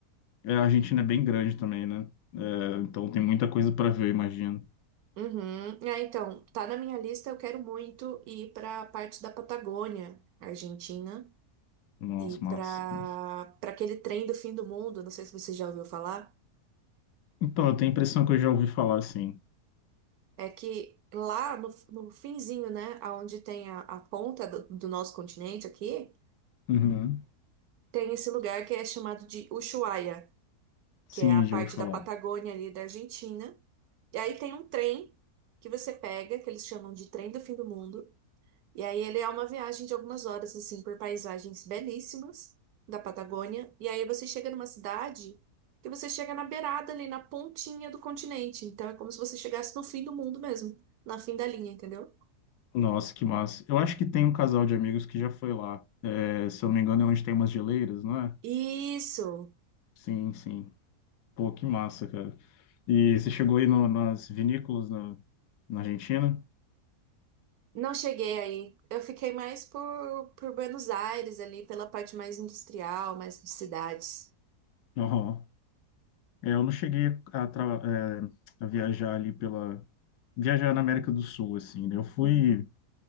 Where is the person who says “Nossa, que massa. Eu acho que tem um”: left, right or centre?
Left